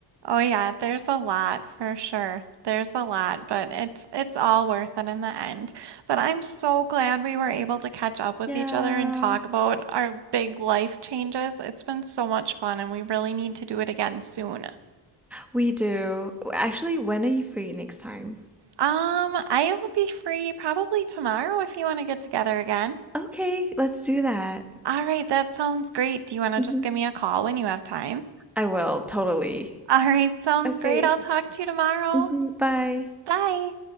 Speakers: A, on the right; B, in the centre.
A: Oh yeah, there's a lot for sure. There's a lot, but it's it's all worth it in the end. But I'm so glad we were able to catch up with
B: yeah.
A: each other and talk about our big life changes. It's been so much fun and we really need to do it again soon.
B: We do. Actually, when are you free next time?
A: Um, I'll be free probably tomorrow if you want to get together again.
B: Okay, let's do that.
A: All right, that sounds great. Do you want
B: Mhm.
A: to just give me a call when you have time?
B: I will, totally.
A: All right, sounds
B: Okay.
A: great. I'll talk to you tomorrow.
B: Mhm, Bye.
A: Bye.